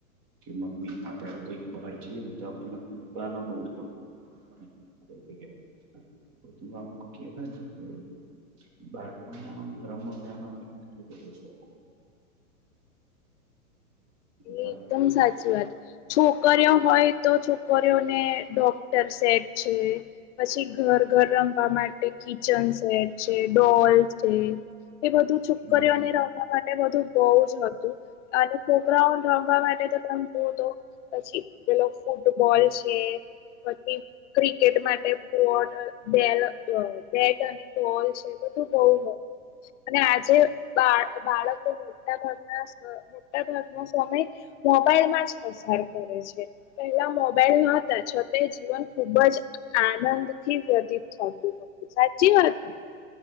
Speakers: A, on the right (about 40°); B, on the left (about 55°).
A: કે મમ્મી આપણાં કઈક બહાર જઈએ, તો આપણને ફુગ્ગા નો બઉ શોખ <unintelligible> અને આમ રમકડા નો આપણને કેટલો બધો શોખ હોય. બધા
B: એકદમ સાચી વાત, છોકરીઓ હોય તો છોકરીઓ ને ડોક્ટર સેટ છે, પછી ઘર- ઘર રમવા માટે કિચન સેટ છે, ડોલ છે, એ બધું છોકરીઓને
A: હમ
B: રમ રમવા માટે બધું બહુજ જ હતું અને છોકરાઓ ન રમવા માટે તો તમે જોવ તો, પછી પેલો ફૂટબોલ છે. પછી ક્રિકેટ માટે બોટ અ, બેલ અ બેટ અને બોલ છે. બીજુ તો બઉ બધું હોય છે અને આજે બાળ, બાળકો મોટા ભાગના સ મોટાભાગ સમય મોબાઈલ માં જ પસાર કરે છે પેલા મો બેલ નોતા છતાંય જીવન ખુબ જ આનંદ થી વ્યતીત થતું હતું સાચી વાત ને